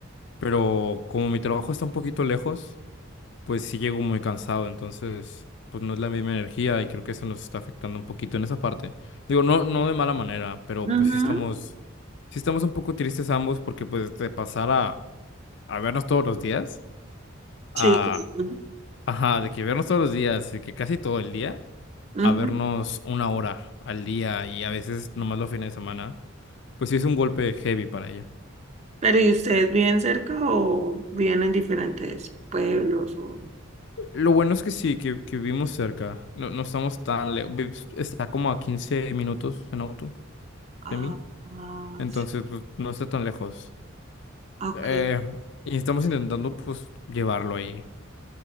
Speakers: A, on the left; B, on the right.
A: Pero como mi trabajo está un poquito lejos, pues sí llego muy cansado. Entonces, pues no es la misma energía y creo que eso nos está afectando un poquito en esa parte. Digo, no, no de mala manera, pero
B: Ujú,
A: pues sí estamos... Sí estamos un poco tristes ambos porque pues de pasar a, a vernos todos los días, a,
B: Sí, claro.
A: ajá, de que vernos todos los días, de que casi todo el día,
B: Ujú.
A: a vernos una hora al día y a veces nomás los fines de semana, pues sí es un golpe heavy para ella.
B: Pero ¿y ustedes viven cerca o viven en diferentes pueblos o...
A: Lo bueno es que sí, que, que vivimos cerca, no, no estamos tan lejos, está como a 15 minutos en auto
B: Ah,
A: de mí,
B: ah,
A: entonces pues, no está tan lejos.
B: ok.
A: Eh, y estamos intentando pues llevarlo ahí.